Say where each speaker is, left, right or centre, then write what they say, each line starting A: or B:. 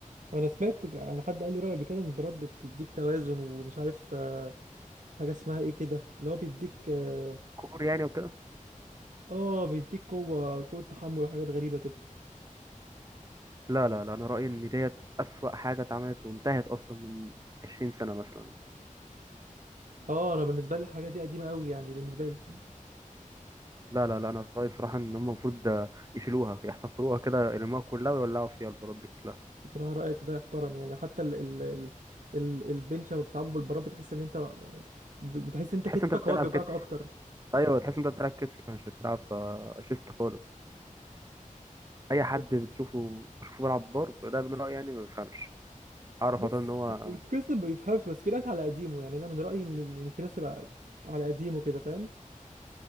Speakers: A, on the right; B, on the right.
A: انا سمعت ك- انا حد قال لي راي قبل كده ان البراد بتديك توازن ومش عارف آه، حاجه اسمها ايه كده اللي هو بيديك اه
B: كور يعني وكده
A: آه، بيديك قوه قوه تحمل وحاجات غريبه كده
B: لا لا لا أنا رأيي إن ديت أسوأ حاجة اتعملت وانتهت أصلا من 20 سنة مثلا
A: اه انا بالنسبه لي الحاجه دي قديمه قوي يعني بالنسبه لي
B: لا لا لا انا رايي صراحه ان هم المفروض آه، يشيلوها يحتقروها كده يلموها كلها ويولعوا فيها البلاط دي كلها
A: بصراحه رايك ده يحترم يعني حتى ال ال ال ال البنش لما بتلعبه بالبراد بتحس ان انت بتحس ان انت
B: تحس
A: كتفك
B: انت بتلعب
A: هو بيوجعك
B: كتف
A: اكتر
B: ايوه تحس انت بتلعب كتف مش بتلعب آه، شيست خالص اي حد
A: بس
B: بتشوفه بشوفه بيلعب بار ده من رايي يعني ما بفهمش اعرف
A: بس
B: على طول ان هو
A: القصة ما بيفهمش بس في ناس على قديمه يعني انا من رايي ان إن في ناس تبقى على قديمه كده فاهم